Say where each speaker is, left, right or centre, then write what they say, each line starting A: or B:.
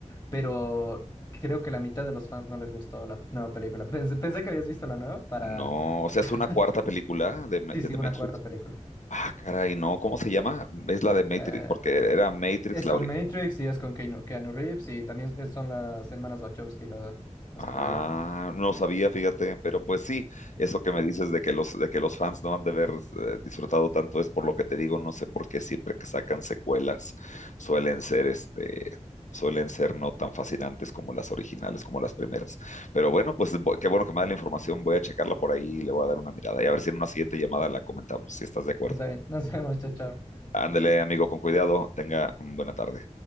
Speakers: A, on the left; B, on the left.
A: pero creo que la mitad de los fans no les gustó la nueva película. <laughs> Pensé, pensé que habías visto la nueva para...
B: No, o sea,
A: <laughs>
B: es una cuarta película de, Ma-
A: Sí,
B: de
A: sí,
B: The
A: una
B: Matrix.
A: cuarta película.
B: Ah, caray, no, ¿cómo se llama? Es la de Matrix,
A: Eh,
B: porque era Matrix
A: es
B: la
A: con
B: ori-
A: Matrix y es con Keanu, Keanu Reeves y también es- son las hermanas Wachowski lo- las
B: Ah,
A: que lo dirigen.
B: no sabía, fíjate, pero pues sí, eso que me dices de que los, de que los fans no han de haber eh, disfrutado tanto es por lo que te digo, no sé por qué siempre que sacan secuelas suelen ser este, suelen ser no tan fascinantes como las originales, como las primeras. Pero bueno, pues bo- qué bueno que me da la información, voy a checarla por ahí y le voy a dar una mirada y a ver si en una siguiente llamada la comentamos, si estás de acuerdo.
A: Está bien, <laughs> nos vemos, chao, chao.
B: Ándele, amigo, con cuidado, tenga mm, buena tarde.